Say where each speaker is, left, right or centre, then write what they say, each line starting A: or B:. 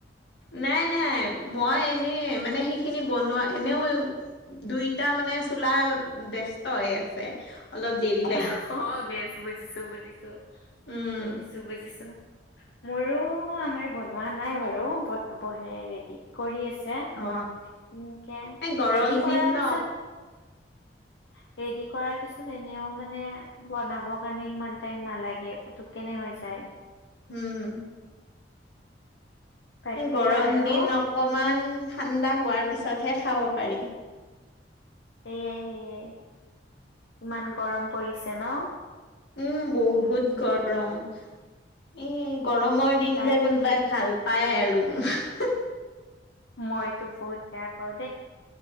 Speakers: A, on the left (about 65°); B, on the left (about 80°).
A: নাই নাই মই এনেই মানে সেইখিনি বনোৱা এনেও দুইটা মানে চোলা ব্যস্ত হৈ আছে। <unintelligible> অলপ দেৰি <unintelligible>
B: অঁ <unintelligible> গেছ বুজিছোঁ-বুজিছোঁ <inaudible>
A: উম
B: বুজিছোঁ-বুজিছোঁ। মোৰো আমাৰ বনোৱা নাই বাৰু, বনাবহে ৰেডি কৰি আছোঁ।
A: অ
B: <inaudible> <unintelligible>
A: এই গৰম
B: ৰেডি কৰাৰ
A: দিন ন
B: পিছত <unintelligible> ৰেডি কৰাৰ পিছত এনেও মানে বনাবৰ কাৰণে সিমান টাইম নালাগে, পুতুক কেনে হৈ যায়। <unintelligible>
A: উম।
B: বাকী
A: <unintelligible> গৰম
B: আৰু
A: দিন অকমান, ঠাণ্ডা হোৱাৰ পিছতহে খাব পাৰি।
B: সেয়াই-সেয়াই <inaudible> ইমান গৰম পৰিছে ন?
A: উম বহুত গৰম। <unintelligible> এ গৰমৰ দিন
B: তাকে
A: যে কোনোবাই ভাল পায় আৰু <unintelligible>
B: মইতো বহুত বেয়া পাওঁ দেই।